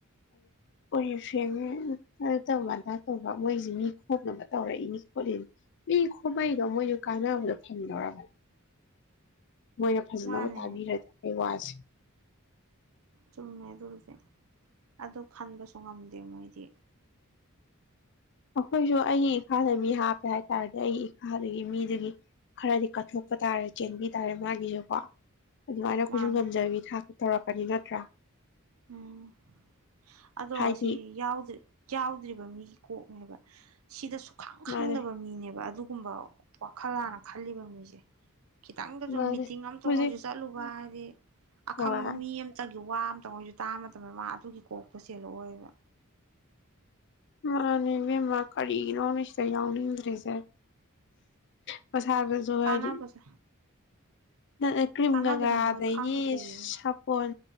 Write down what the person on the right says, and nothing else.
ꯃꯥꯅꯦ
ꯆꯨꯝꯃꯦ ꯑꯗꯨꯁꯨ ꯑꯗꯨ ꯈꯟꯕꯁꯨ ꯉꯝꯗꯦ ꯃꯣꯏꯗꯤ
ꯃꯥꯅꯦ
ꯎꯝ ꯑꯗꯣ
ꯁꯤ ꯌꯥꯗ ꯌꯥꯎꯗ꯭ꯔꯤꯕ ꯃꯤꯒꯤ ꯀꯣꯛꯅꯦꯕ ꯁꯤꯗꯁꯨ ꯄꯥꯛ ꯈꯪꯗꯕ
ꯃꯤꯅꯦꯕ ꯑꯗꯨ ꯒꯨꯝꯕ ꯋꯥꯈꯜ ꯍꯥꯟꯅ ꯈꯜꯂꯤꯕ ꯃꯤꯁꯦ ꯈꯤꯇꯪꯗꯁꯨ
ꯃꯤꯇꯤꯡ ꯑꯝꯇꯪ
ꯑꯣꯏꯁꯨ ꯆꯠꯂꯨꯕ ꯍꯥꯏ <inaudible> ꯑꯈꯪꯕ
ꯃꯤ ꯑꯃꯇ ꯋꯥ ꯑꯝꯇꯪ ꯑꯣꯢꯁꯨ ꯇꯥꯕ ꯃꯇꯝꯗ ꯃꯥ ꯑꯗꯨꯒꯤ ꯀꯣꯛꯇꯣ ꯆꯦꯜꯂꯛ ꯑꯣꯏꯕ
ꯀꯥꯟꯅꯕꯁꯦ
ꯀꯥꯟꯅꯕꯁꯦ ꯃꯣꯏ
ꯈꯪꯗ꯭ꯔꯤꯌꯦ